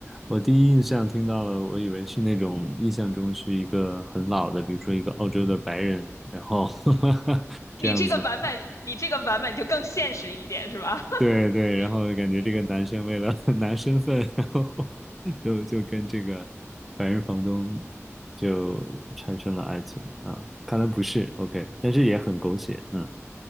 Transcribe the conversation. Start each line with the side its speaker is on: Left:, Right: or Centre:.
Centre: 我第一印象听到了，我以为是那种印象中是一个很老的，比如说一个澳洲的白人，然后 <laughs>
Left: 你这个版本，
Centre: 这样子，
Left: 你这个版本就更现实一点，是吧？<laughs>
Centre: 对对，然后感觉这个男生为了
Left: 嗯
Centre: <laughs> 拿身份，然后 <laughs> 就就跟这个白人房东就产生了爱情啊，看来不是 OK，但是也很狗血，嗯